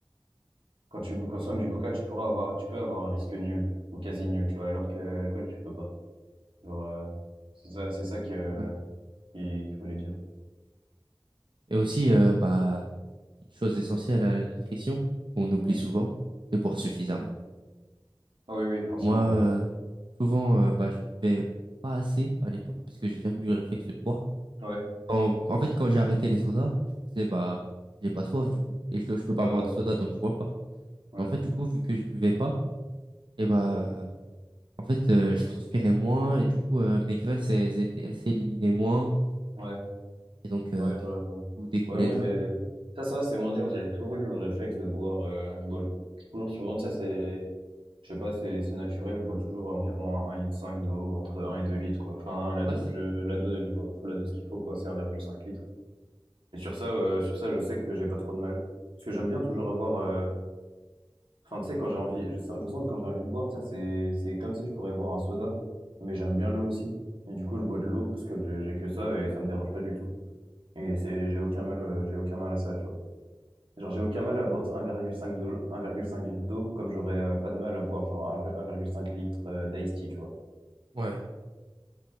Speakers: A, on the right (about 85°); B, on the right (about 65°).
A: quand tu consommes du coca, tu pourras avoir, tu peux avoir un risque nul ou quasi nul, tu vois, alors que l'alcool, tu peux pas. Genre, euh, c'est ça, c'est ça que, euh,
B: Ouais.
A: qu'il qu'il voulait dire.
B: Et aussi, euh, bah, une chose essentielle à la nutrition, qu'on oublie
A: Mm.
B: souvent, c'est boire suffisamment.
A: Ah oui, oui, forcément,
B: Moi, euh,
A: ouais.
B: souvent, euh, bah, je buvais pas assez à l'époque parce que j'ai jamais eu le réflexe de boire.
A: Ouais.
B: Quand- en fait, quand j'ai arrêté les sodas, je me disais, bah, j'ai pas soif du coup. Et je, dois- je peux pas
A: Euh,
B: boire de soda donc je bois pas.
A: ouais.
B: Mais
A: Ouais.
B: en fait, du coup, vu que je buvais pas, et bah, en fait, euh, je transpirais moins et du coup, euh, mes graisses, elles étaient, elles s'éliminaient moins.
A: Ouais.
B: Et donc, euh,
A: Ouais,
B: tout,
A: je vois. je vois.
B: tout découlait
A: Ouais, moi,
B: de
A: j'ai.
B: là.
A: Ça, ça va, c'est moins dur. J'ai toujours eu le réflexe de boire. euh, je bois toujours souvent, tu sais, c'est. Je sais pas, c'est c'est naturel. Je bois toujours environ un un litre cinq d'eau, entre un et 2 litres, quoi. Enfin, la,
B: Ouais,
A: do-
B: c'est
A: je,
B: bien.
A: la dose, je- faut la dose qu'il faut, quoi. C'est un virgule cinq litre. Et sur ça, euh, sur ça, je sais que j'ai pas trop de mal. Parce que j'aime bien toujours avoir. euh, Enfin, tu sais, quand j'ai envie. Je, sens- je sens que quand j'ai envie de boire, tu sais, c'est c'est comme si je pourrais boire un soda. Mais j'aime bien l'eau aussi. Et du coup, je bois de l'eau parce que j'ai j'ai que ça et ça me dérange pas du tout. Et c'est, j'ai aucun mal, euh, j'ai aucun mal à ça, tu vois. Genre, j'ai aucun mal à boire un virgule cinq de, l'eau- un virgule cinq litre d'eau, comme j'aurais euh, pas de mal à boire genre un 1,5 litre euh, d'ice tea, tu vois.
B: Ouais.